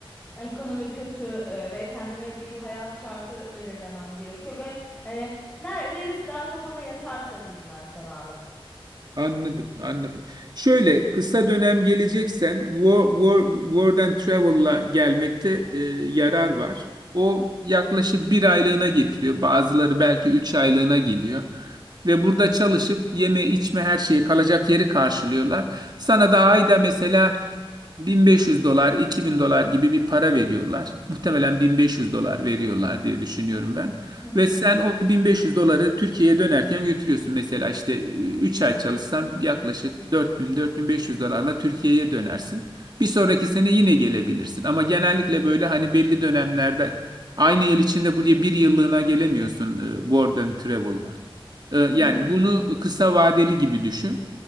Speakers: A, on the left; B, on the right.
A: Ekonomi kötü e, ve kendime bir hayat şartı belirlemem gerekiyor ve hani ner neresi daha kafama yatarsa diyeyim ben sana abi.
B: Anladım, anladım. Şöyle kısa dönem geleceksen Wo- Wo- World and Travel'la gelmekte e, yarar var. O yaklaşık bir aylığına getiriyor. Bazıları belki üç aylığına geliyor. Ve burada çalışıp yeme içme her şeyi kalacak yeri karşılıyorlar. Sana da ayda mesela 1500 dolar, 2000 dolar gibi bir para veriyorlar. Muhtemelen 1500 dolar veriyorlar diye düşünüyorum ben.
A: Hı hı.
B: Ve sen o 1500 doları Türkiye'ye dönerken götürüyorsun. Mesela işte ıı, 3 ay çalışsan yaklaşık 4000-4500 dolarla Türkiye'ye dönersin. Bir sonraki sene yine gelebilirsin. Ama genellikle böyle hani belli dönemlerde aynı yıl içinde buraya bir yıllığına gelemiyorsun e, World and Travel'la. E, Yani
A: Hı hı.
B: bunu kısa vadeli gibi düşün.